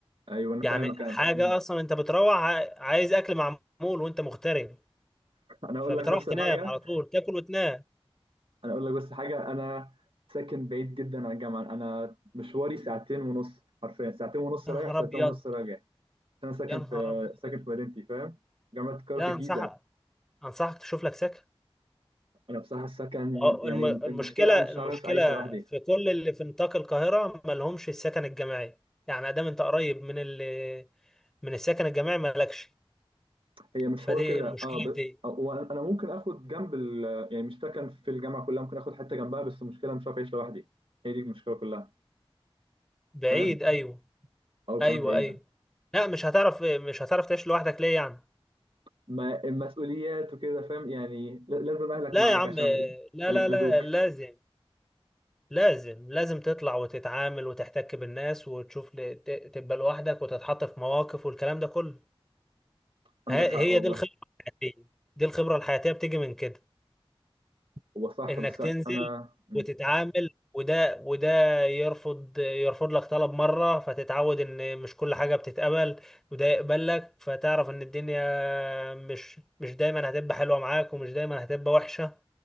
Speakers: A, on the right (about 60°); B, in the centre.
A: ايوه انا
B: يعني
A: فاهمك
B: حاجه
A: انا مم.
B: اصلا انت بتروح ع- عايز اكل معمول وانت مغترب
A: انا اقول
B: فبتروح
A: لك نفس
B: تنام
A: الحاجة
B: على طول تاكل وتنام
A: انا اقول لك بس حاجة انا ساكن بعيد جدا عن الجامعة انا مشواري ساعتين ونص حرفيا ساعتين ونص
B: يا
A: رايح
B: نهار
A: ساعتين
B: ابيض
A: ونص راجع عشان انا ساكن
B: يا نهار
A: في
B: ابيض
A: ساكن في مدينتي فاهم جامعة القاهرة
B: لا
A: في الجيزة
B: انصحك انصحك تشوف لك سكن
A: انا بصراحه السكن
B: اه
A: يعني
B: الم- المشكلة
A: المشكله انا مش
B: المشكلة
A: عارف اعيش لوحدي
B: في كل اللي في نطاق القاهرة ما لهمش السكن الجماعي يعني ادام انت قريب من ال من السكن الجماعي ما لكش
A: هي مش
B: فدي
A: حوار كده
B: المشكلة
A: اه ب...
B: في دي
A: وانا انا ممكن اخد جنب ال... يعني مش سكن في الجامعه كلها ممكن اخد حته جنبها بس المشكله مش عارف اعيش لوحدي هي دي المشكله كلها
B: بعيد
A: فاهم
B: ايوه
A: او
B: ايوه
A: كمان بعيده
B: ايوه لا مش هتعرف مش هتعرف تعيش لوحدك ليه يعني
A: ما المسؤوليات وكده فاهم يعني ل- لازم اهلك
B: لا
A: معاك
B: يا عم
A: عشان
B: لا
A: عشان
B: لا
A: يسندوك
B: لا لازم لازم لازم تطلع وتتعامل وتحتك بالناس وتشوف ل- ت- تبقى لوحدك وتتحط في مواقف والكلام ده كله
A: عندك
B: ه- هي
A: حق والله
B: دي الخبرة الحياتية دي الخبرة الحياتية بتيجي من كده
A: هو صح
B: انك
A: بس
B: تنزل
A: انا مم.
B: وتتعامل وده وده يرفض يرفض لك طلب مرة فتتعود ان مش كل حاجة بتتقبل وده يقبل لك فتعرف ان الدنيا مش مش دايما هتبقى حلوة معاك ومش دايما هتبقى وحشة